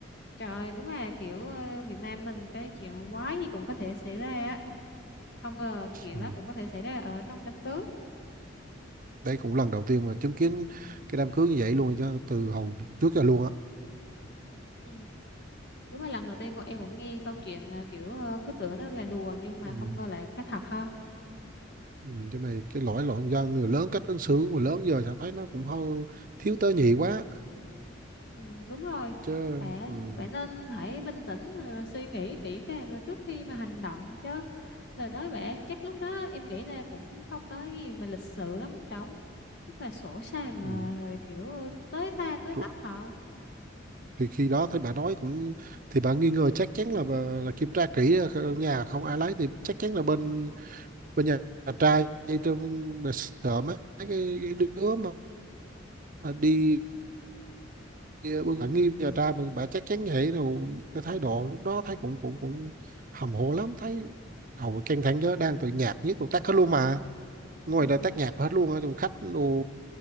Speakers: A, on the left; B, on the right.
A: trời ơi đúng là kiểu ờ, Việt Nam mình cái chuyện quái gì cũng có thể xảy ra á không ngờ chuyện
B: ừ.
A: đó cũng có thể xảy ra ở trong đám cưới
B: đây cũng lần đầu tiên mà chứng kiến cái đám cưới như vậy luôn chứ từ hồi trước giờ luôn á
A: ừ. đúng là lần đầu tiên con em cũng nghe câu chuyện ờ, kiểu ờ, cứ tưởng nó là đùa nhưng mà
B: ừ.
A: không ngờ lại có thật ha
B: Ừ, chứ mày cái lỗi lộn do người lớn cách ứng xử của người lớn giờ tao thấy nó cũng hơi thiếu tế nhị quá
A: Ừ, đúng rồi
B: chứ
A: bạn
B: ừ,
A: bạn nên hãy bình tĩnh ờ, suy nghĩ kỹ càng trước khi mà hành động chứ lời nói bạn chắc lúc đó em nghĩ là cũng không có gì mà lịch sự lắm trống chắc là sổ sàng ờ,
B: ừ.
A: rồi kiểu tới ta tới
B: Rồi-
A: tấp họ
B: thì khi đó thấy bà nói cũng thì bà nghi ngờ chắc chắn là bà, là kiểm tra kỹ ở kho- nhà không ai lấy thì chắc chắn là bên bên nhà, nhà trai tôi bà sợ mấy cái, cái đứa mà đi bưng bà nghi nhà trai mà bà chắc chắn vậy rồi cái thái độ lúc đó thấy cũng cũng cũng hầm hồ lắm thấy hầu căng thẳng chứ đang tự nhạt nhất một tắt hết luôn mà ngoài
A: ừ.
B: đây tách nhạc hết luôn á tụi khách đồ